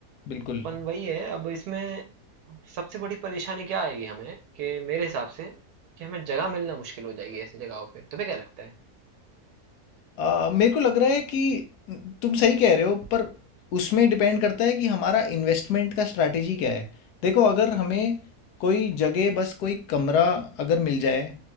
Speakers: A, on the left; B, on the right.
A: बिल्कुल
B: पन वही है अब इसमें सबसे बड़ी परेशानी क्या आएगी हमें कि मेरे हिसाब से कि हमें जगह मिलना मुश्किल हो जाएगी ऐसी जगहों पे तुम्हें क्या लगता है
A: आ, मेरे को लग रहा है कि तुम सही कह रहे हो पर उसमें डिपेंड करता है कि हमारा इन्वेस्टमेंट का स्ट्रैटेजी क्या है देखो अगर हमें कोई जगह बस कोई कमरा अगर मिल जाए